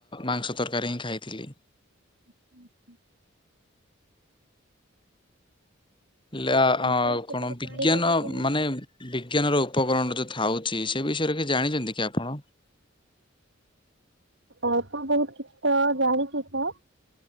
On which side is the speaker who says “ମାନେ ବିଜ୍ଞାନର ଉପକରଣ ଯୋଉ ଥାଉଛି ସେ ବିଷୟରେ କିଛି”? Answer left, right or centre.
Left